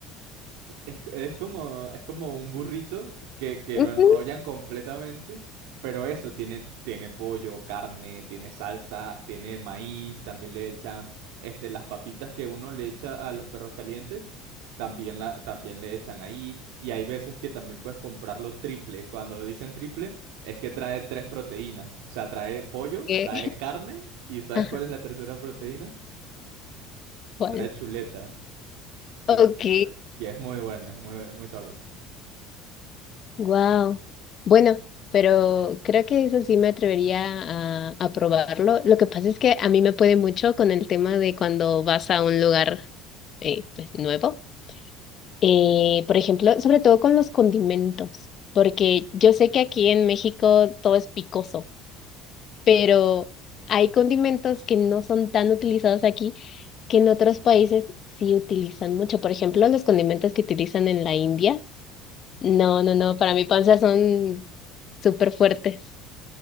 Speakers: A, on the right; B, on the left.
A: Es, es como, es como un burrito que, que
B: Ujú.
A: lo enrollan completamente, pero eso, tiene, tiene pollo, carne, tiene salsas, tiene maíz, también le echan este, las papitas que uno le echa a los perros calientes, también, la, también le echan ahí, y hay veces que también puedes comprarlo triple. Cuando lo dicen triple, es que trae tres proteínas, o sea, trae pollo,
B: Eh,
A: trae carne, y ¿sabes
B: <laughs> Ajá,
A: cuál es la tercera proteína?
B: ¿cuál?
A: Trae chuleta. Chuleta
B: Ok,
A: de cerdo. Y es muy buena, es muy, muy sabrosa.
B: wow. Bueno, pero creo que eso sí me atrevería a, a probarlo. Lo que pasa es que a mí me puede mucho con el tema de cuando vas a un lugar eh, pues, nuevo eh, por ejemplo, sobre todo con los condimentos, porque yo sé que aquí en México todo es picoso, pero hay condimentos que no son tan utilizados aquí que en otros países sí utilizan mucho. Por ejemplo, los condimentos que utilizan en la India, no, no, no, para mi panza son súper fuertes.